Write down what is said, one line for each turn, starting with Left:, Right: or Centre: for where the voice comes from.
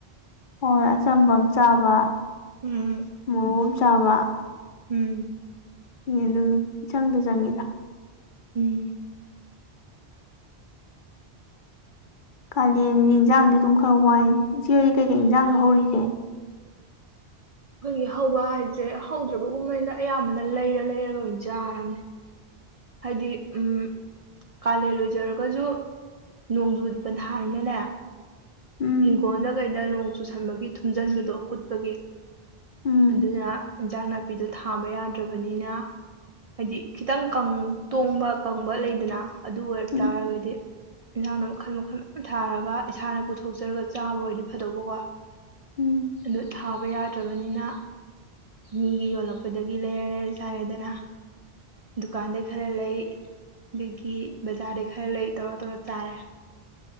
Left: ꯍꯣꯏ ꯑꯆꯝꯕ ꯑꯃ ꯆꯥꯕ
Right: ꯎꯝ
Left: ꯃꯣꯔꫭꯛ ꯑꯃꯥ ꯆꯥꯕ
Right: ꯎꯝ
Left: ꯅꯦꯗꯨꯝ ꯏꯆꯪꯗ ꯆꯪꯉꯤꯗ
Right: ꯎꯝ
Left: ꯀꯥꯂꯦꯟ ꯏꯟꯖꯥꯡꯗꯤ ꯑꯗꯨꯝ ꯈꯔ ꯋꯥꯏ ꯏꯆꯦꯍꫭꯏꯗꯤ ꯀꯩꯀꯩ ꯏꯟꯖꯥꯡꯅꫭ ꯍꯧꯔꯤꯒꯦ
Right: ꯑꯩꯈꯣꯏꯒꯤ ꯍꯧꯕ ꯍꯥꯏꯁꯦ ꯍꯧꯗ꯭ꯔꯕꯒꯨꯝꯕꯅꯤꯗ ꯑꯌꯥꯝꯕꯅ ꯂꯩꯔ ꯂꯩꯔꯒ ꯑꯣꯏꯅ ꯆꯥꯔꯝꯅꯤ ꯍꯥꯏꯗꯤ ꯎꯝ ꯀꯥꯂꯦꯟ ꯑꫭꯏꯖꯔꯒꯖꯨ ꯅꯣꯡꯖꯨ ꯄꯟꯊꯥꯅꯤꯅꯦ
Left: ꯎꯝ
Right: ꯍꯤꯡꯒꯣꯟꯗ ꯀꯩꯗ ꯅꯣꯡ ꯆꯨꯁꯟꯕꯒꯤ ꯊꯨꯝꯖꯟꯕꯗꯨꯣ ꯀꯨꯠꯄꯒꯤ
Left: ꯎꯝ
Right: ꯑꯗꯨꯅ ꯏꯟꯖꯥꯡ ꯅꯥꯄꯤꯗꯣ ꯊꯥꯕ ꯌꯥꯗ꯭ꯔꯕꯅꯤꯅ ꯍꯥꯏꯗꯤ ꯈꯤꯇꯪ ꯀꯪ ꯇꯣꯡꯕ ꯀꯪꯕ ꯂꯩꯗꯅ ꯑꯗꯨ ꯑꯣꯏꯔꯛꯇꯥꯥꯔꯒꯗꯤ
Left: ꯎꯝ
Right: ꯏꯟꯖꯥꯡꯗꯣ ꯃꯈꯜ ꯃꯈꯜ ꯃꯌꯥꯝ ꯊꯥꯔꯒ ꯏꯁꯥꯅ ꯄꯨꯊꯣꯛꯆꯔꯒ ꯆꯥꯕ ꯑꯣꯏꯗꯤ ꯐꯗꯧꯕꯀꯣ
Left: ꯎꯝ
Right: ꯑꯗꯨ ꯊꯥꯕ ꯌꯥꯗ꯭ꯔꯥꯕꯅꯤꯅ ꯃꯤꯒꯤ ꯌꯣꯜꯂꯛꯄꯗꯒꯤ ꯂꯩꯔ ꯂꯩꯔ ꯆꯥꯔꯦꯗꯅ ꯗꯨꯀꯥꯟꯗꯩ ꯈꯔ ꯂꯩ ꯑꯗꯒꯤ ꯕꯖꯥꯔꯗꯩ ꯈꯔ ꯂꯩ ꯇꯧꯔ ꯇꯧꯔ ꯆꯥꯔꯦ